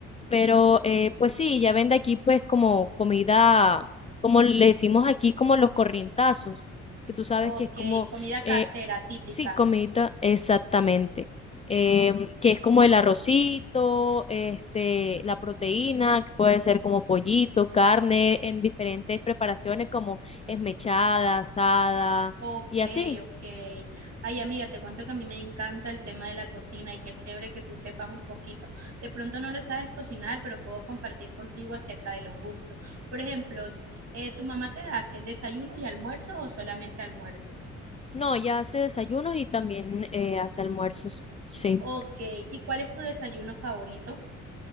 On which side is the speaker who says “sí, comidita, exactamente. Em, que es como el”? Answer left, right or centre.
Left